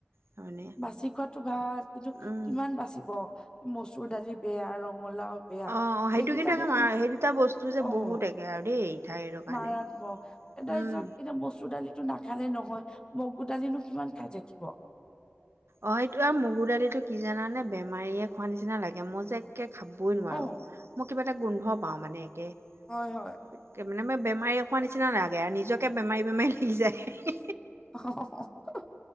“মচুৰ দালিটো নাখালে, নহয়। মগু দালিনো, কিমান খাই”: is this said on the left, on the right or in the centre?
Left